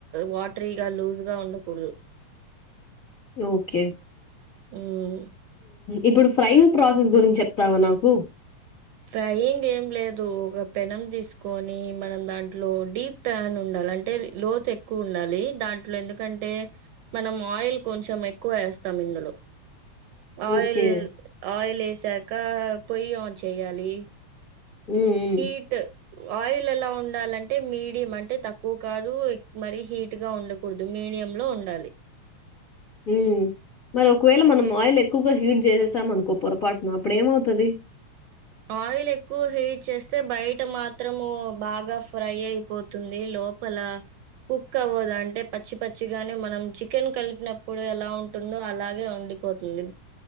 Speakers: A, on the right; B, on the left.
A: వాటరీగా లూజ్గా ఉండకూడదు.
B: ఓకే ఒకే
A: హ్మ్.
B: ఇప్పుడు ఫ్రైయింగ్ ప్రాసెస్ గురించి చెప్తావా నాకు
A: ఫ్రైయింగ్ ఏం లేదు ఒక పెనం తీసుకొని మనం దాంట్లో డీప్ ప్యాన్ ఉండాలి అంటే లోతు ఎక్కువ ఉండాలి దాంట్లో ఎందుకంటే మనం ఆయిల్ కొంచెం ఎక్కువ వేస్తాం ఇందులో ఆయిల్
B: ఓకే.
A: ఆయిలేసాక పోయ్ ఆంచ్ చేయాలి
B: మ్మ్ మ్మ్
A: హీట్ ఆయిల్ ఎలా ఉండాలంటే మీడియం అంటే తక్కువ కాదు ఎక్ మరీ హీట్ గా ఉండకూడదు మీడియం లో ఉండాలి
B: మ్మ్ మరి ఒకవేళ మనం ఆయిల్ ఎక్కువగా హీట్ చేసేసాం అనుకో పొరపాటున అప్పుడు ఏమవుతది
A: ఆయిల్ ఎక్కువ హీట్ చేస్తే బయట మాత్రము బాగా ఫ్రై అయిపోతుంది లోపల కుక్ అవ్వదు అంటే పచ్చి పచ్చిగానే మనం చికెన్ కలిపినప్పుడు ఎలా ఉంటుందో అలాగే ఉండిపోతుంది